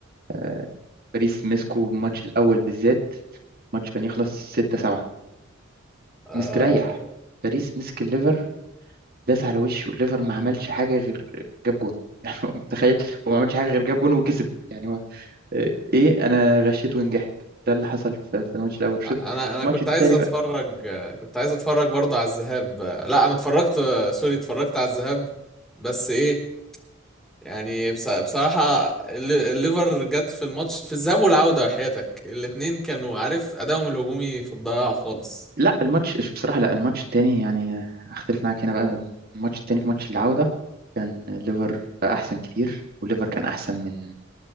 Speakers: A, on the right; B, in the centre.
A: آه، باريس مسكوا الماتش الأول بالذات الماتش كان يخلص 6 7
B: اه
A: مستريح باريس مسك الليفر داس على وشه الليفر ما عملش حاجة غير جاب جون <laughs> يعني هو متخيل هو ما عملش حاجة غير جاب جون وكسب يعني هو آه، ايه انا غشيت ونجحت ده اللي حصل في في الماتش الأول الشوط
B: انا انا
A: الماتش
B: كنت
A: التاني
B: عايز اتفرج كنت عايز اتفرج برضه على الذهاب لا انا اتفرجت سوري اتفرجت على الذهاب بس ايه يعني بص- بصراحة ال- الليفر جت في الماتش في الذهاب والعودة حياتك الاتنين كانوا عارف ادائهم الهجومي في الضياع خالص
A: لا الماتش بصراحة لا الماتش التاني يعني اختلف معاك هنا بقى الماتش التاني في ماتش العودة كان الليفر بقى احسن كتير والليفر كان احسن من